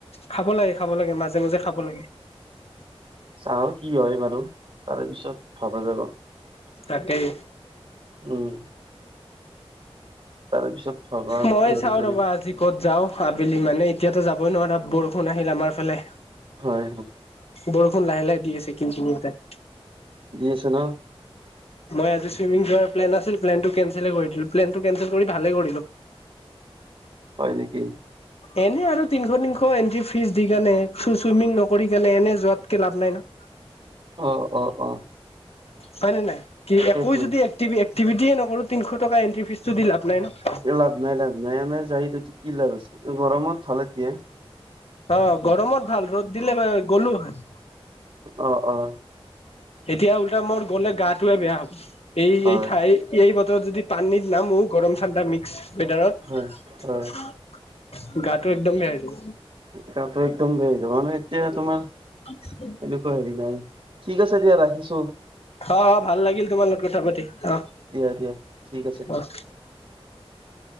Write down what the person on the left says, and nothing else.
খাব লাগে খাব লাগে, মাজে মাজে খাব লাগে।
তাকেই।
মই
চাওঁ
ৰ'বা আজি। ক'ত যাওঁ আবেলি মানে, এতিয়াতো যাবই নোৱাৰা বৰষুণ আহিল আমাৰ ফালে।
বৰষুণ লাহে লাহে দি আছে কিনকিনিয়াকে।
মই আজি চুইমিং যোৱাৰ প্লেন আছিল প্লেনটো কেনচেল কৰি দিলোঁ, প্লেনটো কেনচেল কৰি ভালে কৰিলোঁ।
এনে আৰু তিনশ তিনশ এণ্ট্ৰি ফিজ দি কেনে চুইমিং নকৰি কেনে এনে যোৱাতকে লাভ নাই না।
হয় নে নাই, কি
একো যদি এক্টিভি-এক্টিভিটিয়ে নকৰোঁ তিনশ টকা এন্ট্ৰি ফিজটো দি লাভ নাই ন'।
অ' গৰমত ভাল ৰ'দ দিলে গ'লোঁ হয়।
এতিয়া ওলটা মোৰ গ'লে গাটোৱে বেয়া হ'ব, এই
এই ঠাই এই বতৰত যদি পানীত নামো গৰম ঠাণ্ডা মিক্স ৱেদাৰত।
গাটো একদম বেয়া হৈ যাব।
<inaudible>
অ', অ' ভাল লাগিল তোমাৰ লগত কথা পাতি, অ',
অ'।